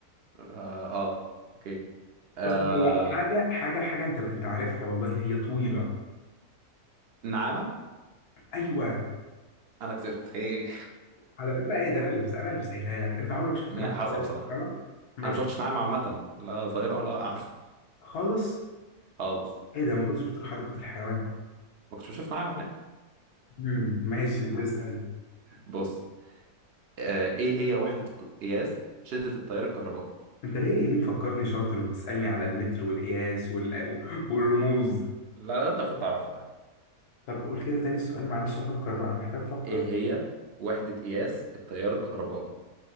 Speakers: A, on the right; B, on the left.
A: اه, آه. اوكي آه.
B: بص هو حاجة حاجة حاجة انت انت عارفها والله هي طويلة
A: نعامة
B: ايوه
A: انا كسبت هي
B: على فكرة ايه ده انا اللي انا اللي بسهلها لك انت عمرك
A: <laughs>
B: شفت
A: يعني
B: نعامة
A: حصل
B: طائر
A: بصراحة
B: في السما عمرك
A: انا ما
B: شفت
A: شفتش نعامة عامة لا طايرة ولا قاعدة <laughs>
B: خالص
A: خالص
B: ايه ده ما كنتش بتروح حديقة الحيوان
A: ما كنتش بشوف نعامة هناك
B: امم ماشي اسأل
A: بص آه. ايه هي وحدة قياس شدة التيار الكهربائي
B: انت ليه ليه مفكرني شاطر وبتسألني على المتر والقياس وال... والرموز
A: لا لا انت المفروض تعرفها
B: طب قول كده تاني السؤال معلش افكر بقى محتاج افكر
A: ايه هي وحدة قياس التيار الكهربائي